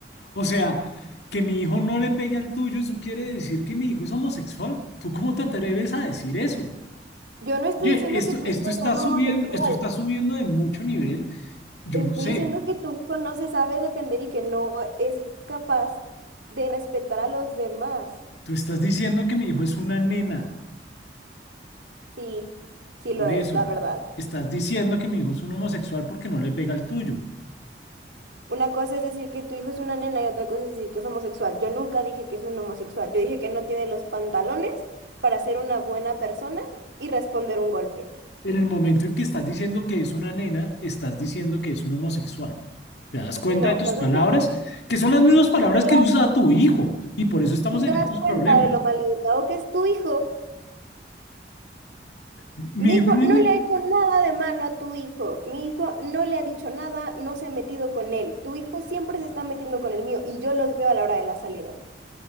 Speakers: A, on the left; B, on the right.
A: O sea, que mi hijo no le pegue al tuyo, eso quiere decir que mi hijo es homosexual. ¿Tú cómo te atreves a decir eso?
B: Yo no estoy
A: Oye,
B: diciendo
A: esto,
B: que tu
A: esto
B: hijo
A: está
B: sea un
A: subiendo,
B: homosexual.
A: esto está subiendo de mucho nivel. Yo
B: Estoy
A: no sé.
B: diciendo que tu hijo no se sabe defender y que no es capaz de respetar a los demás.
A: Tú estás diciendo que mi hijo es una nena,
B: Sí, sí
A: por
B: lo es,
A: eso.
B: la verdad.
A: Estás diciendo que mi hijo es un homosexual porque no le pega al tuyo.
B: Una cosa es decir que tu hijo es una nena y otra cosa es decir que es homosexual. Yo nunca dije que es un homosexual. Yo dije que no tiene los pantalones para ser una buena persona y responder un golpe.
A: En el momento en que estás diciendo que es una nena, estás diciendo que es un homosexual. ¿Te das cuenta
B: No,
A: de tus
B: claro
A: palabras?
B: que no.
A: Que son las mismas palabras
B: Y tú te,
A: que usa tu hijo. Y por eso estamos
B: tú
A: en
B: te das
A: estos
B: cuenta
A: problemas.
B: de lo maleducado que es tu hijo.
A: Mi
B: Mi
A: hijo
B: hijo
A: no
B: no
A: es ni-
B: le ha hecho nada de malo a tu hijo. Mi hijo no le ha dicho nada, no se ha metido con él. Tu hijo siempre se está metiendo con el mío y yo los veo a la hora de la salida.